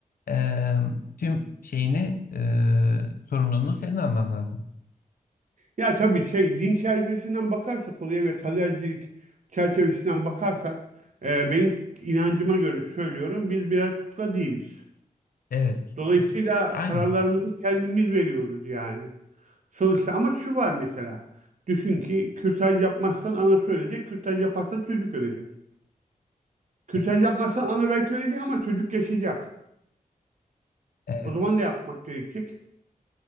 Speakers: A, on the left; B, on the right.
A: eee, tüm şeyini eee sorumluluğunu senin alman lazım.
B: Ya tabii şey din çerçevesinden bakarsak olaya ve kadercilik çerçevesinden bakarsak e, benim inancıma göre söylüyorum biz birer kukla değiliz.
A: Evet.
B: Dolayısıyla
A: Aynen.
B: kararlarımızı kendimiz veriyoruz yani. Sonuçta ama şu var mesela. Düşün ki kürtaj yapmazsan ana söyleyecek, kürtaj yaparsan çocuk ölecek. Kürtaj
A: Evet.
B: yapmazsan ana belki ölecek ama çocuk yaşayacak.
A: Evet.
B: O zaman ne yapmak gerekecek?